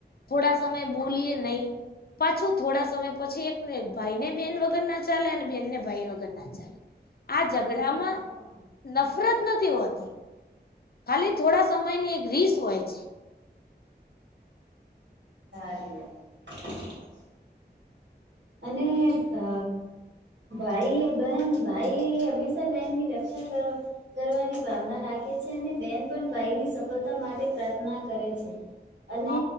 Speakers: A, on the left; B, on the right.
A: થોડા સમય બોલીએ નય. પાછું થોડા સમય પછી એક એક ભાઈ ને બેન વગર ના ચાલે અને બેનને ભાઈ વગર ના ચાલે આ ઝઘડામાં
B: હા
A: નફરત નથી હોતી. ખાલી થોડા સમયની એક રીસ હોય છે.
B: <unintelligible> <inaudible> અને અ ભાઈ બહેન ભાઈ હંમેશા બેનની રક્ષા કરવા કરવાની ભાવના રાખે છે અને બેન પણ ભાઈની સફલતા માટે પ્રાર્થના કરે છે. અને
A: હ